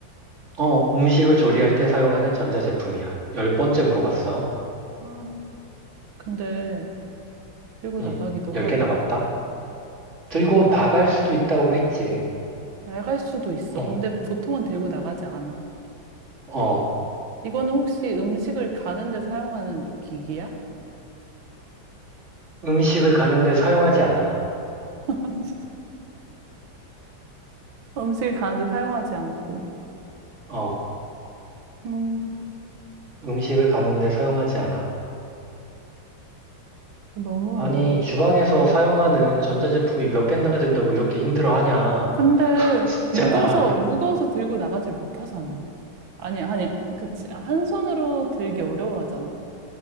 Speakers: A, on the right (about 35°); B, on the right (about 85°).
A: 어, 음식을 조리할 때 사용하는 전자제품이야. 열 번째 물어봤어.
B: 아, 근데 들고
A: 응,
B: 나가기도
A: 열
B: 하고.
A: 개 남았다. 들고 나갈 수도 있다고 했지.
B: 낡을 수도 있어.
A: 어,
B: 근데 보통은 들고 나가지 않아.
A: 어,
B: 이거는 혹시 음식을 가는데 사용하는 기기야?
A: 음식을 가는데 사용하지 않아.
B: <laughs> 음식을 가는데 사용하지 않고.
A: 어,
B: 음.
A: 음식을 가는데 사용하지 않아.
B: 너무
A: 아니,
B: 어렵고.
A: 주방에서 사용하는 전자제품이 몇 개나 된다고 이렇게 힘들어하냐.
B: 근데
A: <laughs> 진짜.
B: 무거워서 무거워서 들고 나가질 못하잖아. 아니 아니 그치 한 손으로 들기 어려워하잖아.